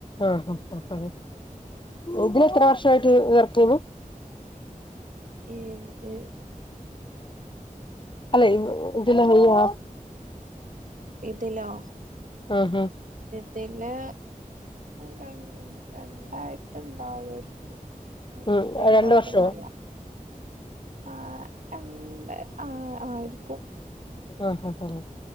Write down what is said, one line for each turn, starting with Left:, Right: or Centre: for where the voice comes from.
Left: ആഹ് ആഹ് ആഹ് ഇതില് ഇത്ര വർഷായിട്ട് വെർക്കെയ്നി?
Right: ഏത്?
Left: അല്ലെയ്‌ ഇജ്ജ് ഇന്ന് പോവോ
Right: ഇതിലോ?
Left: ആഹ് ആഹ്
Right: ഇതില് രണ് രണ്ടായിട്ട്ണ്ടാവൊയിരിക്കും. കൃത്യാട്ട്
Left: ഉം രണ്ട്
Right: ഓർമ്മല്ല.
Left: വർഷോ
Right: ആ അല്ല ആ ആയിരുക്കും.
Left: ആ ഹ, ഹ, ഹ